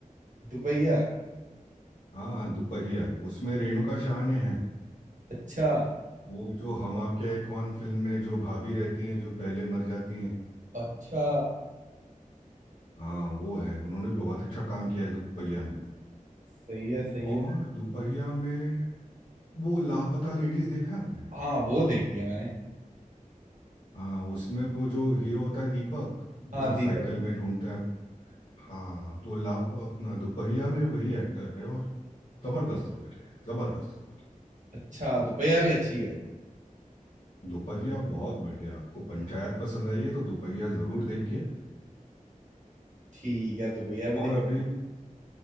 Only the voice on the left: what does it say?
हाँ दुपहिया उसमें रेणुका शाह ने है
वो जो हम आपके हैं कौन फिल्म में जो भाभी रहती हैं जो पहले मर जाती हैं
हाँ वो है उन्होंने बहुत अच्छा काम किया है दुपहिया में
और
दुपहिया में वो लापता लेडीज देखा है आपने
हाँ उसमें वो जो हीरो होता है दीपक
जो
साइकिल में ढूंढता है हाँ तो लाप अपना दुपहिया में वही एक्टर है और जबरदस्त रोल किया है जबरदस्त रोल
दोपहिया बहुत बढ़िया आपको पंचायत पसंद आई है तो दोपहिया ज़रूर देखिए
और
अभी